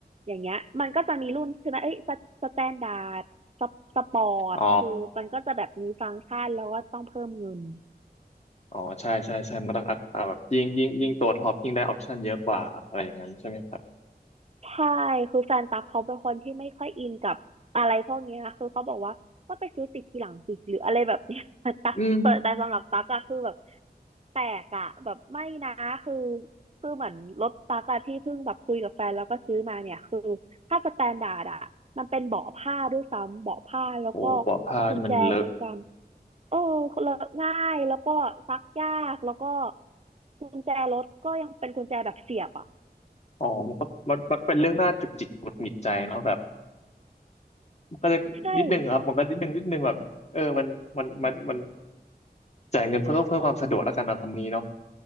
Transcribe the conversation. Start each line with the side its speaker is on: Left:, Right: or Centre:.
Right: อย่างเงี้ยมันก็จะมีรุ่นใช่ไหมเอ้ยสสแตนดาร์ดสปอร์ตคือมันก็จะแบบมีฟังก์ชันแล้วก็ต้องเพิ่มเงิน
Left: อ๋อ อ๋อใช่ใช่ใช่มันก็ต้องอัพอ่าแบบยิ่งยิ่งยิ่งตัวท็อปยิ่งได้ออปชันเยอะกว่าอะไรอย่างนั้นใช่ไหมครับ
Right: ใช่คือแฟนตั๊กเขาเป็นคนที่ไม่ค่อยอินกับอะไรพวกเนี้ยคือเขาบอกว่าก็ไปซื้อติดทีหลังสิหรืออะไรแบบเนี้ย <laughs> ตั๊กแต่แต่สำหรับตั๊กอะคือแบบ
Left: อืม
Right: แปลกอะแบบไม่นะคือคือเหมือนรถตั๊กอะที่เพิ่งแบบคุยกับแฟนแล้วก็ซื้อมาเนี่ยคือถ้าสแตนดาร์ดอะมันเป็นเบาะผ้าด้วยซ้ำเบาะผ้าแล้วก็
Left: โอ้ปอผ้านี่มันเลอะ
Right: กุญแจในการเออเลอะง่ายแล้วก็ซักยากแล้วก็กุญแจรถก็ยังเป็นกุญแจแบบเสียบอ่ะ
Left: อ๋อมันก็มันมันก็เป็นเรื่องน่าจุกจิกหงุดหงิดใจเนาะแบบมันก็จะนิดนึงครับมันก็นิดนึงนิดนึงแบบเออมันมันมันมัน
Right: <laughs> ใช่
Left: จ่ายเงินเพื่อเพื่อความสะดวกแล้วกันนะคำนี้เนาะ